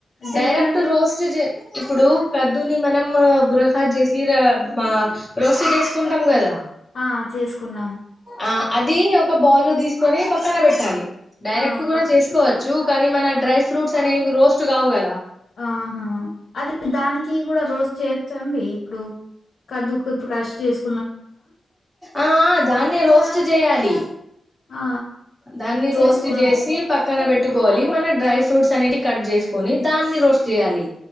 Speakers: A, on the left; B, in the centre.
A: దేనిలో
B: డైరెక్ట్ర్
A: అండి?
B: రోస్. చుజే ఇప్పుడు కద్దుని మనం బురహాద్ చేసి రా అమ్మ. రోస్టు చేసుకుంటాం గదా.
A: ఆ చేసుకున్నాం.
B: ఆ అది ఒక బౌల్ లో తీసుకొని పక్కన పెట్టాలి డైరెక్ట్
A: ఆ!
B: కూడా
A: పక్కన
B: చేసుకో. చు కానీ మన డ్రై ఫ్రూట్స్ అనేవి రోస్ట్ కావు కదా.
A: ఆహా అది దానికి కూడా రోజు చేయచ్చండి ఇప్పుడు కద్దుకు కొప్పు కశ్ చేసు
B: ఆ ఆ దాన్నె రోస్ట్ చేయాలి.
A: ఆ!
B: దాన్ని
A: చేసుకున్
B: రోస్ట్ చేసి పక్కన పెట్టుకోవాలి మన డ్రై ఫ్రూట్స్ అనేటి కట్ చేసుకుని దాన్ని రోస్ట్ చేయాలి